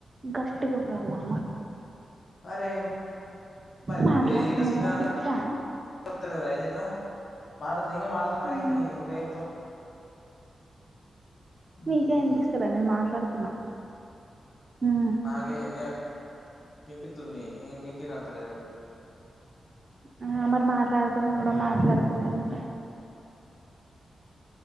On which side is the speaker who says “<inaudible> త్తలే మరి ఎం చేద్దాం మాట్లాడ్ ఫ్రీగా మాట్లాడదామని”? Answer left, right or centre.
Left